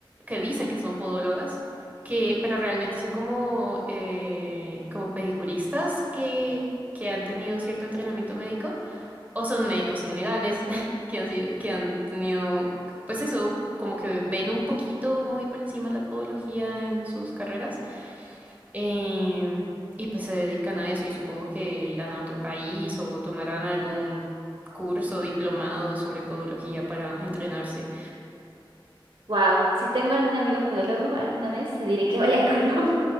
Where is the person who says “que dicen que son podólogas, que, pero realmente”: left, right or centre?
Right